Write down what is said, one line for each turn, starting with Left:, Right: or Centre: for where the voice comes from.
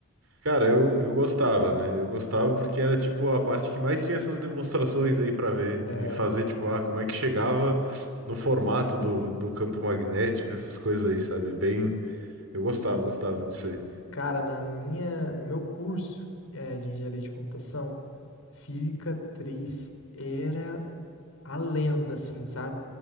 Right: Cara, eu, eu gostava, né? Eu gostava porque era, tipo, a parte que mais tinha essas demonstrações aí pra ver
Left: É,
Right: e fazer, tipo, ah, como é que chegava no formato do, do campo magnético, essas coisas aí, sabe? É bem... Eu gostava, gostava disso aí.
Left: cara, na minha, no meu curso é, de engenharia de computação, física três era. a lenda, assim, sabe?